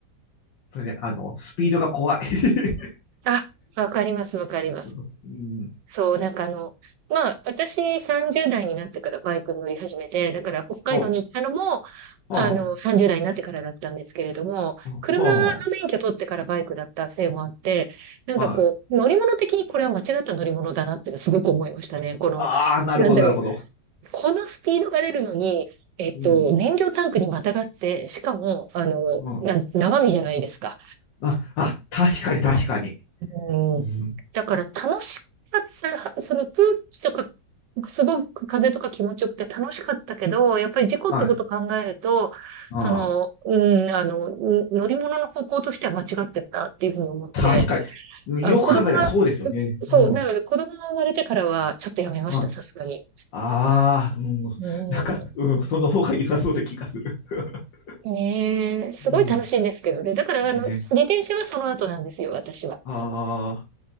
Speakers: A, on the left; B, on the right.
A: それで、あの、スピードが怖い。<laughs>
B: あ、わかります、わかります。
A: うん。
B: そう、なんかあの、まあ、私30代になってからバイクに乗り始めて、だから北海道に行ったのも、
A: ほう、ほう、
B: あの、30代になってからだったんですけれども、
A: ほう、
B: 車の免許取ってからバイクだったせいもあって、
A: ほ
B: なんかこう、
A: う、はい。
B: 乗り物的にこれは間違った乗り物だなっていうのすごく思いましたね。この、
A: ああ、なるほど、
B: なんだろ
A: なるほど。
B: う、このスピードが出るのに、えっと、
A: うん。
B: 燃料タンクにまたがって、しかも、あの、
A: うん。
B: な、生身じゃないですか。
A: あ、あ、確かに、確かに。
B: うん。
A: うん。
B: だから楽しかった、その空気とかすごく風とか気持ちよくて楽しかったけど、やっぱり事故ってことを考えると、
A: はい。ああ、
B: その、うん、あの、うん乗り物の方向としては間違ってたっていうふうに思って、
A: 確かに。うんよく考えたらそうですよね。
B: あ、子供が、そう、
A: うん。
B: なので子供が生まれてからはちょっとやめました、
A: はい。
B: さすがに。
A: ああ、うん。
B: う
A: なんか、うん、その方が良さそうな気がする。<laughs>
B: ん。ねえ、すごい楽しいんですけどね。
A: うん。
B: だから、
A: ね。
B: あの、自転車はその後なんですよ、私は。
A: ああ、